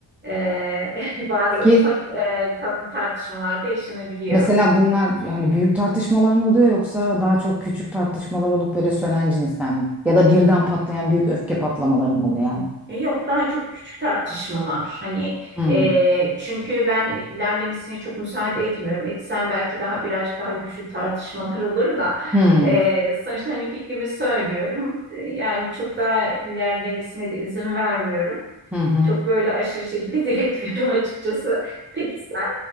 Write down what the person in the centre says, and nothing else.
Peki
mesela bunlar hani büyük tartışmalar mı oluyor yoksa daha çok küçük tartışmalar olup böyle sönen cinsten mi? Ya da birden patlayan büyük öfke patlamaları mı oluyor yani?
Hmm.
Hmm.
Hı hı.